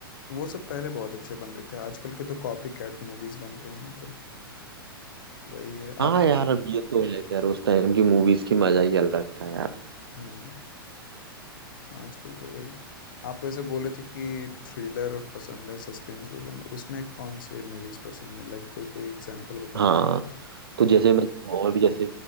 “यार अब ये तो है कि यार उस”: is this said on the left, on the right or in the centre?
Right